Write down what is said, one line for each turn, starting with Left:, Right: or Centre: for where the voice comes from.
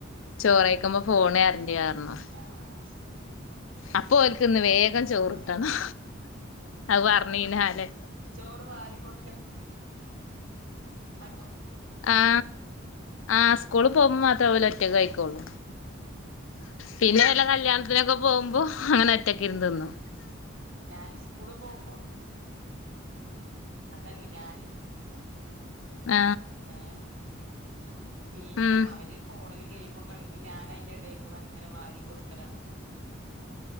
Left: ചോറഴിക്കുമ്പോൾ ഫോണ് തര്ണ്ട് പറഞ്ഞു
Right: ആഹ് അത് ശരി
Left: അപ്പോ ഓർക്ക് ഇന്ന് വേഗം
Right: ആഹ്
Left: ചോറിട്ടണം അത് പറഞ്ഞീനാലേ
Right: ചോറ് വാരികെടുക്കൽ <unintelligible>
Left: ആ ആ സ്കൂളിൽ പോകുമ്പോ മാത്ര ഇവൽ ഒറ്റക്ക്
Right: ആ
Left: കഴക്കോള്ളൂ പിന്നെ വല്ല കല്യാണത്തിനൊക്കെ പോകുമ്പോ അങ്ങനെ ഒറ്റക്കെ ഇരുന്ന് തിന്നും
Right: ഞാന് സ്കൂള് പോകുമ്പോ അതല്ലേ ഞാന്
Left: ആ
Right: ഏഹ് പിന്നെ
Left: ഉം
Right: അവര് ഫോണില് ഗെയിമും കളിക്കും ഞാൻ അയിൻ്റെ ഇടയിൽക്കൂടെ അങ്ങനെ വാരി കൊടുക്കലാണ്. <inaudible>